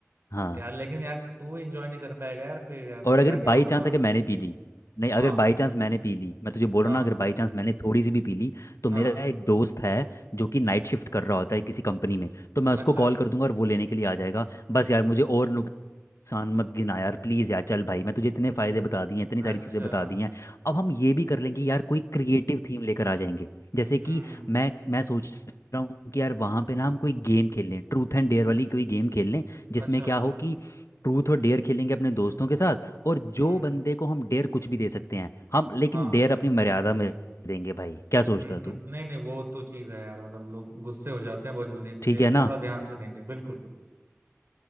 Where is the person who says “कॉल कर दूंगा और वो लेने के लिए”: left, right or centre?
Left